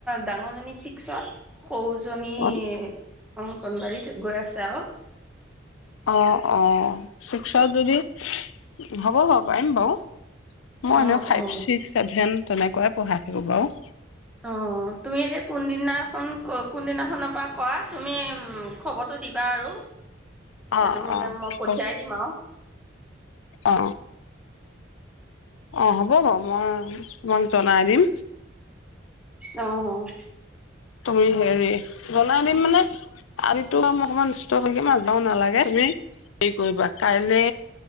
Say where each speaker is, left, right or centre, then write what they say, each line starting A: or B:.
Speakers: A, in the centre; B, on the left.
A: ডাঙৰজনী ছিক্সত। সৌজন নি
B: অ',
A: উম, কণবাৰীত গৈ আছে আৰু
B: অ, অ, শিকসা যদিও হ'ব, বাও পাৰিম বাৰু। মই
A: অ',
B: এনে ফাইভ,
A: অ',
B: ছিক্স, চছেভেন তেনেকুৱাই পঢ়াই থাকোঁ বাৰু।
A: অ, তুমি এতিয়া কোনদিনাখন ক কোনদিনাখনৰ পৰা কৰা, তুমি খবৰটো দিবা আৰু। সেইটো
B: অ',
A: মানে
B: অ',
A: মই পঠিয়াই
B: হ
A: দিম আৰু।
B: অ, অ, হ'ব, বাৰু মই তোমাক জনাই দিম।
A: অ'।
B: তুমি হেৰি জনাই দিম মানে, আজিতো অকণমান ষ্ট থাকি মাাজবও নালাগে, তুমি হেৰি কৰিবা কাইলে,